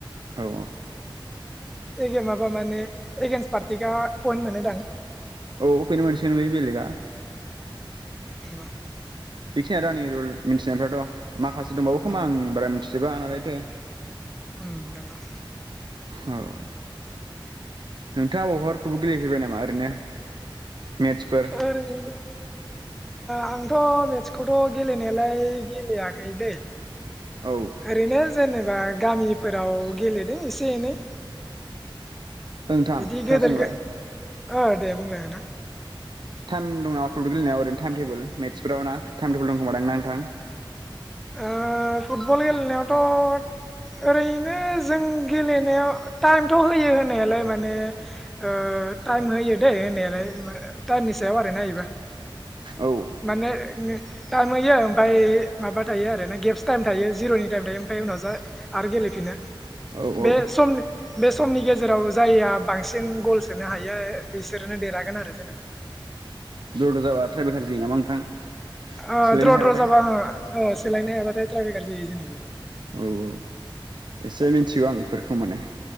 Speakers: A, on the right; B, in the centre.
A: औ
B: एगे माबा माने एगेन्सट पार्टिकआ पइन्ट मोनो दां।
A: औ पइन्ट मोनसिगोन बे बेलेगा।
B: उम
A: बेखिनिया आंनि रुल मिन्थिनायफ्राथ' माखासे दंबावो खोमा
B: उम
A: आं बारा थिजोबा नालाय थो
B: उम नोंगौ।
A: औ नोंथाङा बबावबाफोर फुटबल गेलेफेरबाय नामा ओरैनो मेट्सफोर
B: ओरै आं थ' मेस्टखौथ' गेलेनायालाय गेलेयाखै दै।
A: औ
B: ओरैनो जेनेबा गामिफोराव गेलेदों एसे एनै।
A: नोंथां
B: बिदि
A: खोनासंलाय।
B: गेदेर ओ दे बुंलाय नोंथां।
A: टाइम दं नामा फुटबल गेलेनायाव ओरैनो टाइम टेबोल मेटसफोराव ना टाइम टेबोल दंखोमादां ना नोंथां?
B: ओ फुटबल गेलेनायावथ' ओरैनो जों गेलेनायाव टाइमथ' होयो होननायालाय माने ओ टाइम होयो दे होनायालाय टाइमनि सायाव आरो ना इबो।
A: औ
B: माने टाइम होयो ओमफाय माबा थायो आरो ना गेप्स टाइम थायो जिर'नि टाइम थायो ओमफाय उनाव जा आरो गेलेफिनो।
A: औ औ
B: बे सम बे समनि गेजेराव जाइआ बांसिन गल सोनो हायो बिसोरनो देरहागोन आरो जेनेबा।
A: द्र द्र जाबा टाइम बेखार जायो नामा नोंथां?
B: ओ
A: सोलायनो
B: द्र
A: हायाबाथाय
B: द्र जाबा ओ सोलायनो हायाबाथाय टाइम बेेकार जोयो जोनायालाय।
A: औ औ एसे मिन्थिगौ आं। फोरखौ माने